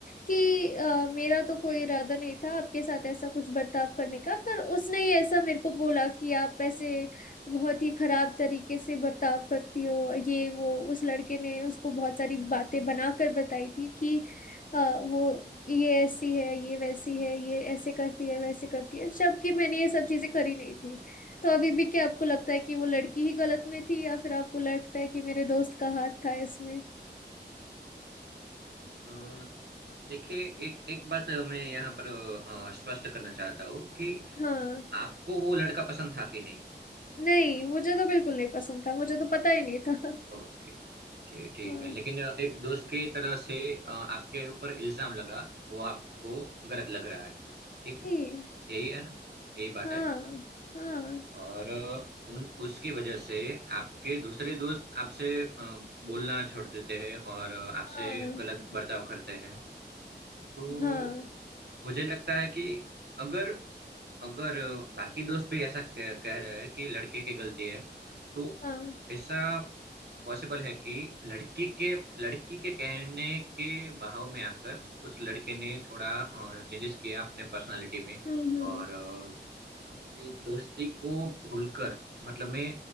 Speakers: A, on the left; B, on the right.
A: कि अ, मेरा तो कोई
B: जी
A: इरादा नहीं था आपके साथ ऐसा कुछ बर्ताव करने का पर उसने ही ऐसा मेरे को बोला कि आप ऐसे बहुत ही खराब तरीके से बर्ताव करती हो ये वो उस लड़के ने उसको बहुत सारी बातें बनाकर बताई थी कि अ, वो ये ऐसी है ये वैसी है ये ऐसे करती है वैसे करती है जबकि मैंने ये सब चीजें करी नहीं थी तो अभी भी क्या आपको लगता है कि वो लड़की ही गलत में थी या फिर आपको लगता है कि मेरे दोस्त का हाथ था इसमें
B: अ, देखिए एक एक बात मैं यहाँ पर अ, स्पष्ट करना चाहता हूँ कि
A: हाँ
B: आपको वो लड़का पसंद था कि नहीं
A: नहीं मुझे तो बिल्कुल नहीं पसंद था मुझे तो पता ही नहीं था
B: ओके जी ठीक
A: हाँ
B: है लेकिन अ, एक दोस्त की तरह से अ, आपके ऊपर इल्जाम लगा वो आपको गलत लग रहा है ठीक है
A: जी
B: यही है ना यही बात
A: हाँ
B: है
A: हाँ
B: जी। और उन उसकी वजह से आपके दूसरे दोस्त आपसे अ, बोलना छोड़ देते हैं और आपसे
A: हाँ
B: गलत बर्ताव करते हैं तो
A: हाँ
B: मुझे लगता है कि अगर अगर बाकी दोस्त भी ऐसा कह, कह रहे हैं कि लड़के की गलती है तो
A: हाँ
B: ऐसा पॉसिबल है कि लड़की के लड़की के कहने के बहाव में आकर उस लड़के ने थोड़ा चेंजेस किया अपने पर्सनालिटी में
A: हम्म हम्म
B: और अपनी दोस्ती को भूलकर मतलब मैं